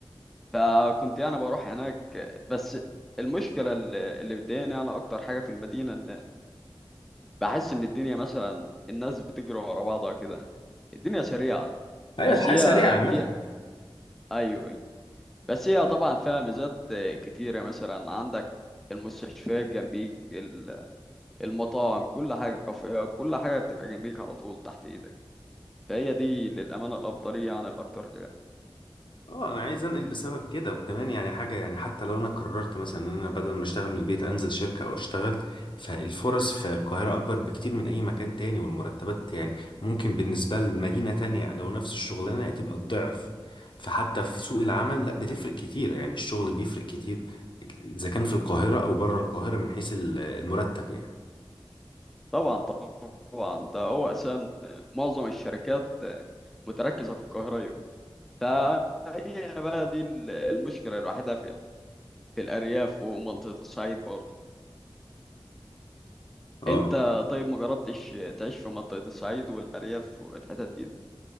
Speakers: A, in the centre; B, on the left.
A: فكنت يعني بروح هناك بس المشكلة اللي اللي بتضايقني أنا أكتر حاجة في المدينة إن بحس إن الدنيا مثلا الناس بتجري ورا بعضها كده الدنيا سريعة
B: ايوه
A: بس
B: الحياه
A: هي
B: سريعه عامه
A: في ايوه أيوة. بس هي طبعا فيها ميزات آه، كتيره مثلا عندك المستشفيات جنبيك ال- المطاعم كل حاجه كافيهات كل حاجه بتبقى جنبيك على طول تحت ايدك فهي دي للامانه الافضليه عن الاكتر ده
B: اه انا عايز انقل بسبب كده وكمان يعني حاجه يعني حتى لو انا قررت مثلا ان انا بدل ما اشتغل من البيت انزل شركه او اشتغل فالفرص في القاهره اكبر بكتير من اي مكان تاني والمرتبات يعني ممكن بالنسبه لمدينه تانية لو نفس الشغلانه تبقى الضعف فحتى في سوق العمل لا بتفرق كتير يعني الشغل بيفرق كتير اذا كان في القاهره او بره القاهره من حيث ال- المرتب يعني
A: طبعا طبعا ده هو اساسا معظم الشركات آه، متركزه في القاهره أيوة. فهي بقى دي ال- المشكله الوحيده في ال- في الارياف ومنطقه الصعيد برضه
B: اه
A: انت طيب ما جربتش تعيش في منطقه الصعيد والارياف والحتت دي